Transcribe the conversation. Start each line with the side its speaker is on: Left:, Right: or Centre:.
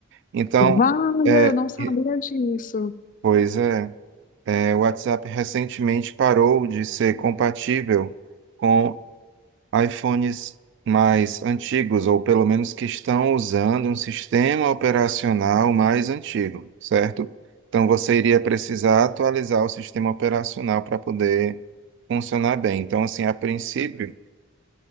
Right: Então,
Left: Wanda,
Right: é,
Left: eu não sabia
Right: e-
Left: disso.
Right: pois é. É, o WhatsApp recentemente parou de ser compatível com iPhones mais antigos, ou pelo menos que estão usando um sistema operacional mais antigo, certo? Então você iria precisar atualizar o sistema operacional para poder funcionar bem. Então, assim, a princípio,